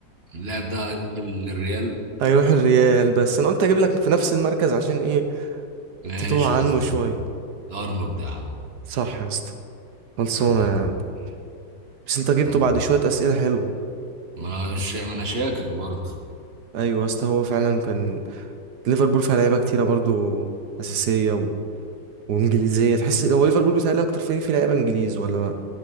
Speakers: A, on the right; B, on the right.
A: اللاعب ده هيروح للريال
B: هيروح الريال بس أنا قلت أجيب لك في نفس المركز عشان إيه
A: ماشي
B: تتوه عنه
A: مظبوط
B: شوية
A: ارنولد يا عم
B: صح يا اسطى خلصانة
A: تمام
B: يا عم بس انت جبته
A: طيب
B: بعد شوية أسئلة حلوة
A: ما انا مش ما انا شاكك برضه
B: أيوة يا اسطى هو فعلا كان ليفربول فيها لعيبة كتيرة برضو أساسية و... وإنجليزية تحس هو ليفربول بيتهيألي أكتر فريق فيه لعيبة إنجليز ولا ما...